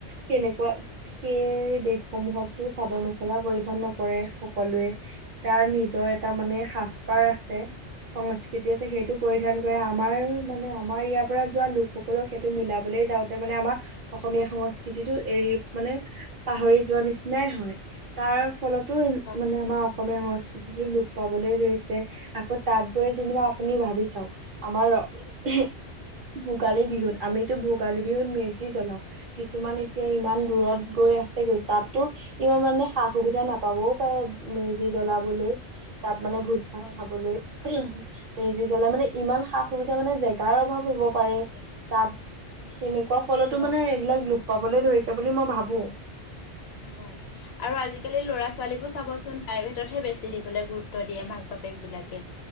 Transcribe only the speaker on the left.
হয়,
হয়।
উম।
হয়,
হয় আৰু আজিকালি ল'ৰা ছোৱালীবোৰ চাবচোন প্ৰাইভেটতহে বেছি দিবলৈ গুৰুত্ব দিয়ে মাক বা বাপেক বিলাকে